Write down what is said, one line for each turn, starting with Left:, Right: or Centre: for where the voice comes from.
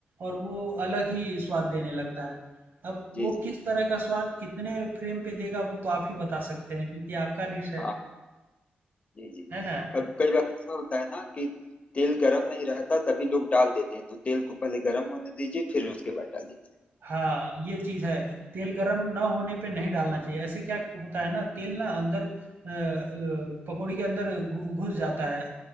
Right: और वो अलग ही स्वाद देने लगता है। अब
Left: जी
Right: वो
Left: जी
Right: किस तरह का स्वाद कितने फ्लेम पे देगा वो तो आप ही बता सकते हैं क्योंकि आपका डिश है।
Left: हाँ जी जी
Right: है ना?
Left: अब कई बार ऐसा होता है ना कि तेल गरम नहीं रहता तभी लोग डाल देते हैं तो तेल को पहले गरम होने दीजिए फिर उसके बाद डालिए
Right: हाँ, ये चीज़ है। तेल गरम ना होने पे नहीं डालना चाहिए। ऐसे क्या होता है ना तेल ना अंदर अ अ, पकौड़ी के अंदर घु घुस जाता है,